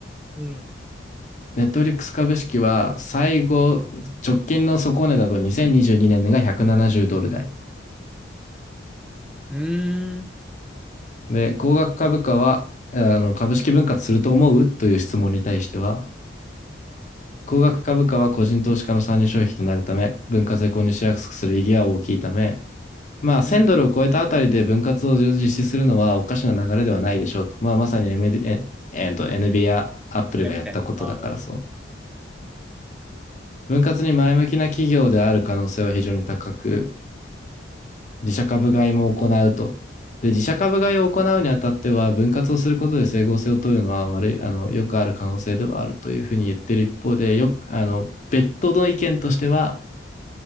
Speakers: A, in the centre; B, on the left.
A: うん。
B: ネットフリックス株式は最後、直近の底値だと2022年が170ドル台。
A: うーん。
B: で、高額株価は、あの、株式分割すると思うという質問に対しては、高額株価は個人投資家の参入障壁となるため、分割で購入しやすくする意義は大きいため、まあ、1000ドルを超えたあたりで分割を実施するのはおかしな流れではないでしょうと。
A: うん。
B: まあ、まさに MD、ええと NB や Apple がやったことだからそう。
A: みたい。ああ。
B: 分割に前向きな企業である可能性は非常に高く、自社株買いも行うと。で、自社株買いを行うにあたっては、分割をすることで整合性を取るのは悪い、あの、よくある可能性ではあるというふうに言ってる一方で、よく、あの、別途の意見としては、